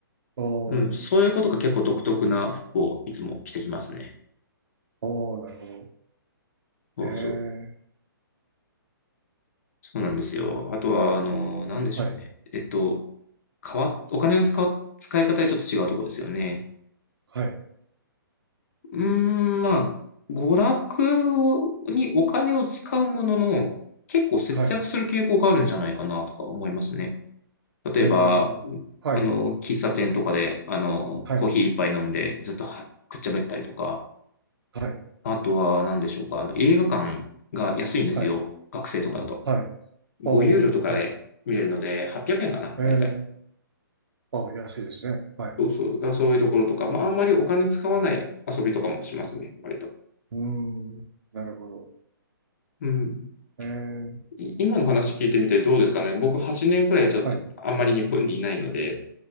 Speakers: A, on the right; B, on the left.
A: お
B: うん、そういうことが結構独特な服をいつも着てきますね。
A: ーおーなるほど。
B: そうそう。
A: ええ、
B: そうなんですよ。あとは、あの、なんでしょうね。
A: はい、
B: えっと、変わっ、お金の使う、使い方でちょっと違うところですよね。
A: はい、
B: うーん、まあ、娯楽にお金を使うものの、結構節約する傾向があるんじゃないかなとか思いますね。
A: はい、
B: 例えば、
A: ええ、はい、
B: あの、喫茶店とかで、あの、
A: はい、
B: コーヒー一杯飲んでずっとはくっちゃべったりとか、
A: はい、
B: あとは何でしょうか、あの、映画館が安いんですよ。
A: はい、
B: 学生とかだと。
A: はい、おお、
B: 5ユーロとかで見れるので、
A: はい、
B: 800円かな、
A: ええ、
B: だいたい。
A: あ、安いですね。はい。
B: そうそう。だからそういうところとか、まあ、あんまりお金使わない遊びとかもしますね、割と。
A: うーん、なるほど。
B: うん。
A: ええ、
B: い今の話聞いてみてどうですかね。僕8年くらいちょっとあんまり日本にいないので、
A: はい、